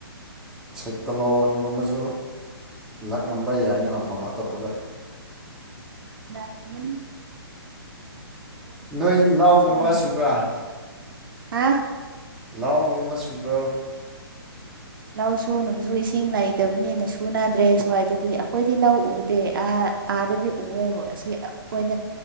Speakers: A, in the centre; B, on the right.
A: ꯁꯦꯀꯂꯣꯟꯒꯨꯝꯕꯁꯨ ꯂꯥꯛꯂꯝꯕ ꯌꯥꯏꯅꯦ ꯃꯐꯝ ꯑꯇꯣꯞꯄꯗ
B: ꯂꯥꯑꯝꯒꯅꯤ
A: ꯅꯣꯏ ꯂꯥꯎꯒꯨꯝꯕ
B: ꯏꯁꯣꯔꯅ
A: ꯁꯨꯕ꯭ꯔꯥ
B: ꯍꯥ
A: ꯂꯥꯎ ꯒꯨꯝꯕ ꯁꯨꯕ꯭ꯔꯣ
B: ꯂꯧ ꯁꯨꯅꯕꯁꯨ ꯏꯁꯤꯡ ꯂꯩꯇꯕꯅꯤꯅ ꯁꯨꯅꯗ꯭ꯔꯦ ꯁ꯭ꯋꯥꯏꯗꯗꯤ ꯑꯩꯈꯣꯏꯗꯤ ꯂꯧ ꯎꯗꯦ ꯑꯥ ꯑꯥꯗꯗꯤ ꯎꯋꯦ ꯍꯣ ꯑꯁꯤ ꯈꯣꯏꯅ